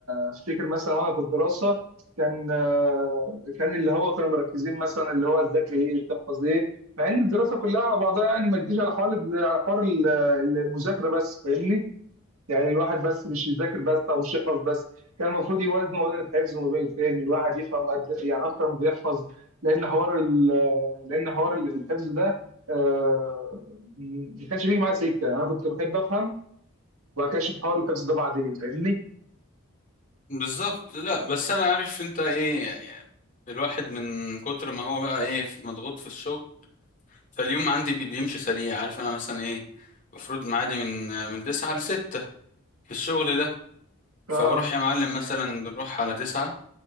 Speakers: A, on the right; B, on the left.
A: افتكر مثلا وانا في الدراسه كان آه، كان اللي هو كانوا مركزين مثلا اللي هو تذاكر ايه تحفظ ايه مع ان الدراسه كلها على بعضها يعني ما تجيش على حوار على حوار ال- المذاكره بس فاهمني يعني الواحد بس مش يذاكر بس او مش يحفظ بس كان المفروض يوازنوا وزن الحفظ وما بين الفهم الواحد يفهم قد يعني اكتر ما بيحفظ لان حوار ال- لان حوار الحفظ ده آه، ما كانش بيجي معايا سكه انا كنت بحب افهم وبعد كده اشوف حوار الحفظ ده بعدين فاهمني؟
B: بالظبط لا بس انا عارف انت ايه الواحد من كتر ما هو بقى ايه مضغوط في الشغل فاليوم عندي بي- بيمشي سريع عارف انا مثلا ايه المفروض معادي من من تسعة لستة في الشغل ده فبروح
A: اه
B: يا معلم مثلا بنروح على تسعة